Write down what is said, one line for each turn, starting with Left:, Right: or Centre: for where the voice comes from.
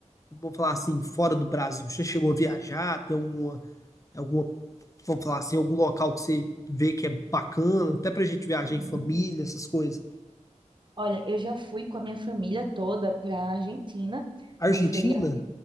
Left: vamos falar assim, fora do Brasil? Você chegou a viajar, tem algum alguma, vamos falar assim, algum local que você vê que é bacana, até pra gente viajar
Right: Uhum.
Left: em família, essas coisas.
Right: Olha, eu já fui com a minha família toda pra Argentina
Left: Argentina,
Right: num feriado